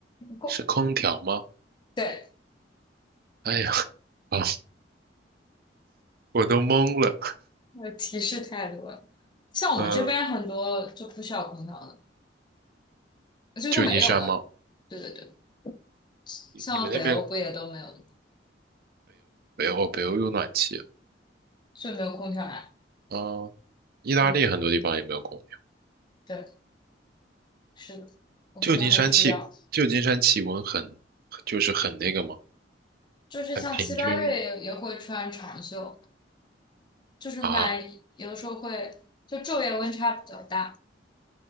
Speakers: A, on the left; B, on the right.
A: 功，
B: 是空调吗？
A: 对，
B: 哎呀，啊，我都懵了。
A: 那个提示太多了。像我们这边很多就不需要空调的，
B: 嗯，
A: 就是没有的。
B: 旧金山吗？
A: 对对对，像北欧不也都没有的吗，
B: 你你们那边北欧，哦北欧有暖气啊。
A: 所以没有空调呀。
B: 嗯，意大利很多地方也没有空调。
A: 嗯，对，是的，我觉得它很需要，
B: 旧金山气，旧金山气温很，就是很那个吗？
A: 就是像七八月也也会穿长袖，
B: 很平均吗？
A: 就是蛮有的时候会就昼夜温差比较大。
B: 啊，